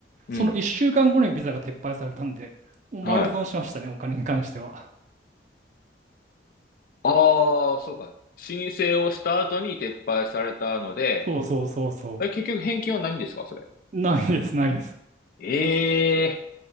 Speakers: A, on the left; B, on the right.
A: うん。
B: その1週間後にビザが撤廃されたんで、もう丸損しましたね、
A: はい。
B: お金に関しては。
A: ああ、そうか。申請をした後に撤廃されたので、
B: そうそうそうそ
A: え、結局返金はないんですかそれ。
B: う。ないです、ないです。
A: ええ